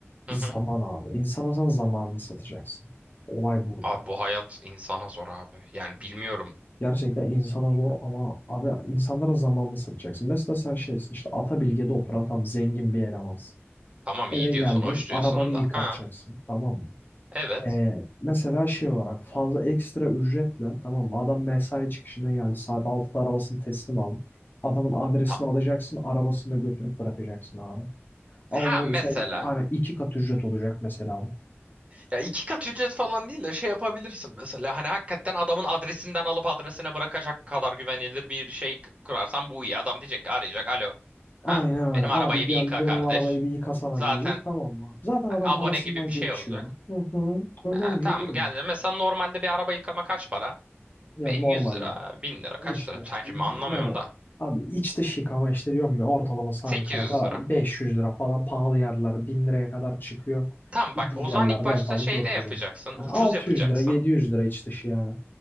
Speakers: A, on the left; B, on the right.
A: Zaman
B: Hı hı.
A: abi. İnsana sen zamanını satacaksın. Olay burada.
B: Abi bu hayat insana zor abi. Yani bilmiyorum.
A: Gerçekten insana zor ama abi insanlara zamanını satacaksın. Mesela sen şeysin işte Atabilge'de oturan tam zengin bir elemansın.
B: Tamam
A: Eve
B: iyi diyorsun,
A: geldin
B: hoş
A: arabanı
B: diyorsun
A: yıkatacaksın
B: da. Ha,
A: tamam mı?
B: evet.
A: Ee, mesela şey olarak fazla ekstra ücretle tamam mı? Adam mesai çıkışına geldi saat altıda arabasını teslim aldı. Adamın adresini
B: Ha,
A: alacaksın arabasını da götürüp bırakacaksın abi. Ama
B: ha
A: bu
B: mesela.
A: şey hani iki kat ücret olacak mesela bu.
B: Ya iki kat ücret falan değil de şey yapabilirsin mesela. Hani hakikaten adamın adresinden alıp adresine bırakacak kadar güvenilir bir şey kurarsan bu iyi. Adam diyecek ki arayacak. Alo.
A: Aynen
B: Ha
A: öyle.
B: benim
A: Abi
B: arabayı
A: gel
B: bir yıka
A: benim
B: kardeş.
A: arabayı bir yıkasana
B: Zaten
A: diyecek tamam mı? Zaten
B: hani
A: adam
B: abone
A: parasından
B: gibi bir şey
A: geçiyor.
B: olacak.
A: Hı hı. Öyle
B: Ha,
A: olunca
B: tamam
A: diyor mu?
B: geldi. Mesela normalde bir araba yıkama kaç para?
A: Ya
B: Be-
A: normalde.
B: 100 lira,
A: ya.
B: 1000 lira kaç
A: E işte
B: lira? Sen şimdi anlamıyorum
A: yani
B: da.
A: abi iç dış yıkama işte diyorum ya ortalaması
B: sekiz
A: Ankara'da
B: yüz lira.
A: 500 lira falan pahalı yerler 1000 liraya kadar çıkıyor.
B: Tamam
A: Ucuz
B: bak o
A: yerlerde
B: zaman ilk başta
A: en fazla
B: şeyde
A: 400
B: yapacaksın.
A: olur. Yani
B: Ucuz
A: 600
B: yapacaksın.
A: lira 700 lira iç dışı yani.